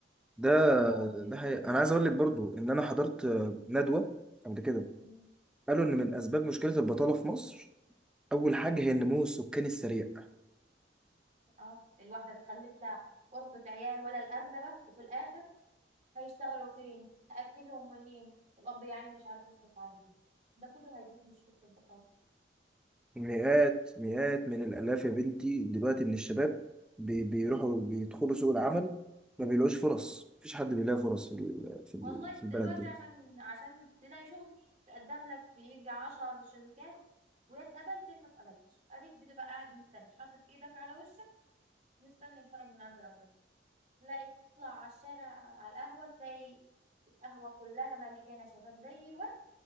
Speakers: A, in the centre; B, on the right.
A: ده
B: يا ربي
A: ده حقيقة. انا عايز اقول لك برضو ان انا حضرت آه، ندوه قبل كده
B: مم.
A: قالوا ان من اسباب مشكله البطاله في مصر اول حاجه هي النمو السكاني السريع
B: اه الواحدة تخلف لها قرطة عيال ولا الأرنبة وفي الآخر هيشتغلوا فين هأكلهم منين الأب يعني مش عارف يصرف عليهم ده كله هيزيد مشكلة البطاقة
A: مئات مئات من الآلاف يا بنتي دلوقتي من الشباب بي- بيروحوا
B: مم.
A: بيدخلوا سوق العمل ما بيلاقوش فرص مفيش حد بيلاقي فرص في ال- في ال-
B: والله دلوقتي
A: في البلد دي
B: عشان عشان تلاقي شغل تقدم لك في يجي عشر شركات ويا اتقبلت يا ما اتقبلتش اديك بتبقى قاعد مستني حاطط ايدك على وشك مستني الفرج من عند ربنا تلاقي تطلع على الشارع على القهوة تلاقي القهوة كلها مليانة شباب زي الورد